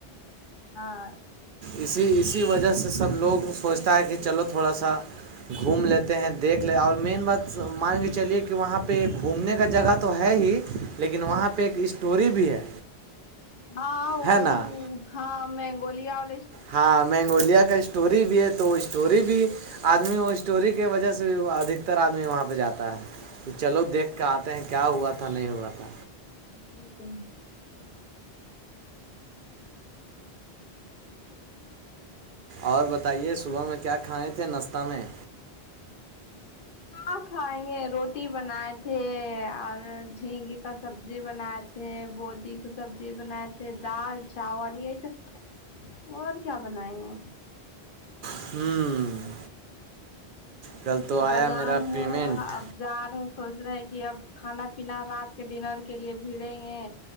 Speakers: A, on the left; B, on the right.
A: ہاں
B: اسی اسی وجہ سے سب لوگ سوچتا ہے کہ چلو تھوڑا سا گھوم لیتے ہیں دیکھ لیتے اور مین بات مان کے چلیے کہ وہاں پہ گھومنے کا جگہ تھا تو ہے ہی لیکن وہاں پہ ایک اسٹوری بھی ہے
A: ہاں
B: ہے نا
A: ہاں مینگولیا وال
B: ہاں مینگولیا کا اسٹوری بھی ہے تو وہ اسٹوری بھی آدمی وہ اسٹوری کی وجہ سے بھی ادکتر آدمی وہاں پہ جاتا ہے کہ چلو دیکھ کے آتے ہیں کیا ہوا تھا نہیں ہوا تھا
A: یہ تو
B: اور بتائیے صبح میں کیا کھائے تھے ناشتہ میں
A: اؤ آ کھائیں گے روٹی بنائے تھے اور جھینگے کا سبزی بنائے تھے بوٹی کی سبزی بنائے تھے دال چاول یہی سب اور کیا بنائےگے
B: ہوں کل تو
A: ا
B: آیا
A: بجان
B: میرا
A: ہوا
B: پیمنٹ
A: <unintelligible> جا رہے ہیں سوچ رہے ہیں کہ اب کھانا پینا رات کے ڈنر کے لیے بھیڑیں گے